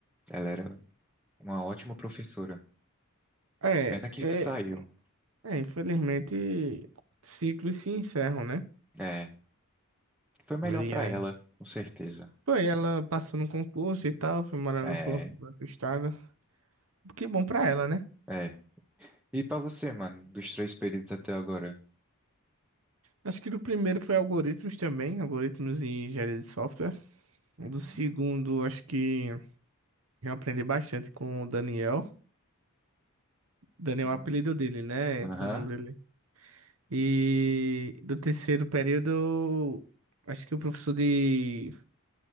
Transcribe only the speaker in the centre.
Ela era Uma ótima professora.
Pena que saiu.
É, foi melhor
pra
ela, com certeza.
É,
é. E pra você, mano, dos três períodos até agora?
Uhum.
uhum,
Aham,